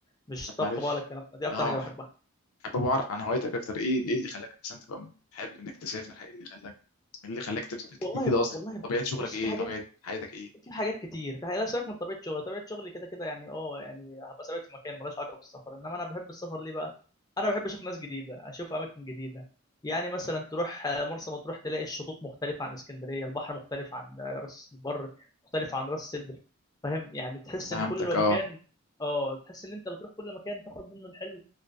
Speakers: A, on the left; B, on the left.
A: مش
B: طب
A: طبخ
B: معلش
A: بقى ولا الكلام ده دي
B: اه
A: اكتر حاجه بحبها
B: حابب اعرف عن هوايتك اكتر ايه ايه اللي خلاك مثلا تبقى حابب انك تسافر ايه اللي خلاك ايه اللي خلاك تسافر كتير
A: والله
B: كده اصلا
A: والله بص
B: طبيعة شغلك
A: بص
B: ايه
A: في حاجات
B: طبيعة حياتك ايه
A: في حاجات كتير في حاجات لا سيبك من طبيعه شغلي طبيعه شغلي كده كده يعني اه يعني هبقى ثابت في مكان ملهاش علاقه بالسفر انما انا بحب السفر ليه بقى انا بحب اشوف ناس جديده اشوف اماكن جديده يعني مثلا تروح آه، مرسى مطروح تلاقي الشطوط مختلفه عن اسكندريه البحر مختلف عن آه، راس البر مختلف عن راس سدر فاهم يعني تحس
B: فهمتك
A: ان كل
B: اه
A: مكان اه تحس ان انت بتروح كل مكان تاخد منه الحلو